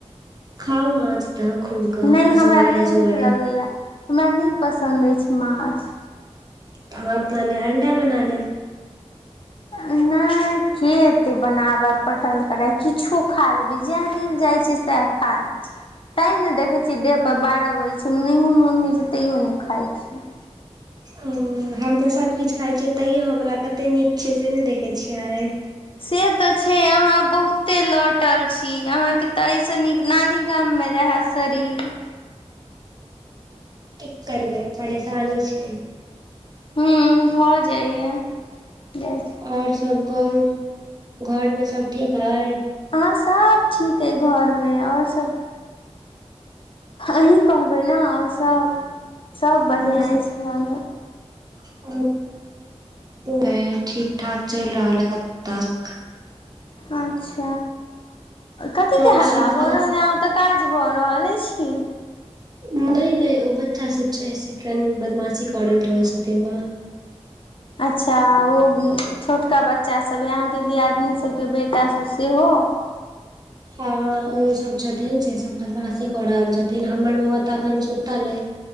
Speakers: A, on the right (about 35°); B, on the left (about 50°).
A: खाउ माछ तऽ खूब कऽ
B: नहि हमरा
A: असगड़े
B: नहि
A: असगड़े
B: नीक लगैया हमरा नहि पसन्द अइछ माछ
A: आ अपना लय अंडा बना लेब
B: <inaudible> के एते बनावे पटल करे किछो खा लेबे जह मिल जाय छै सएह खा ले छै तैं ने देखैत छियै देह पर बारह बजैत छै नहियो मोन होइत छै तैयो नहि खाइत छियै
A: ओ हम तऽ सब किछु खाइ छियै तैयो हमरा कते नीक छै से नाए देखैत छियै
B: से तऽ छै अहाँ बहुते लौटल छी अहाँके तऽ एहिसँ नीक नानी गाममे रहै शरीर
A: की करबै परेशानी छै
B: हूँ भऽ जाइये बस
A: और सब कहू घर मे सब ठीक अय
B: हाँ सब ठीक अइ घरमे आओर सभ अहीं कहबै ने और सब सब
A: आओर
B: बढ़िआँ अछि घरमे
A: <unintelligible> है ठीक ठाक चलि रहल <unintelligible>
B: अच्छ कथी
A: आओर
B: कि हल्ला
A: सब
B: भर
A: कहू
B: रहल तऽ काज भऽ रहल अछि
A: नहि नहि ओ बच्चा सब छै से कनि बदमाशी करैत रहै छथिन
B: अच्छा ओ छोटका बच्चा सभ अहाँके दियादनी सबके बेटा सभ सेहो
A: <inaudible> ओ सब छथिन से सब बदमाशी कऽ रहल छथिन हमर बौआ तऽ अखन सुतल अइ